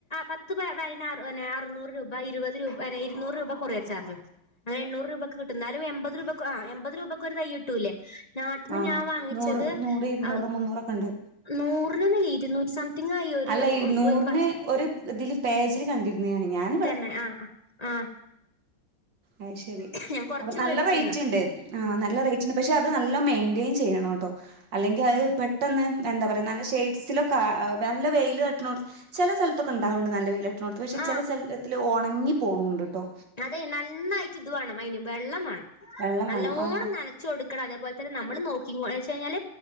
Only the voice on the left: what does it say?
പത്ത് പതിനാ അറുന്നൂറ് രൂപ ഇരുപത് രൂപ ഇരുന്നൂറ് രൂപ കൊറിയെ ച്ചാർജു അങ്ങനെ എണ്ണൂറ് രൂപയ്ക്ക് കിട്ടും എന്നാലും എമ്പത് രൂപ ആഹ് എമ്പത് രൂപയ്ക്ക് ഒരു തൈ കിട്ടൂല്ലേ നാട്ടിൽന്ന്
ഞാൻ വാങ്ങിച്ചത്
അഹ്
നൂറിന്ന്നില്ല ഇരുന്നൂറ്റി സംതിങ് ആയി ഒരു
തന്നെ ആഹ് ആഹ്
ആഹ് ഞാൻ കൊറച്ച്
വേടിച്ചിരുന്നു
ആഹ്
അതെ നന്നായിട്ട് ഇത് വേണം അതിന് വെള്ളം വേണം
നല്ലോണം
നന ച്ചൊടുക്കണം അതെപോലെ തന്നെ നമ്മള് നോക്കി എന്ന് വെച്ച് കഴിഞ്ഞാൽ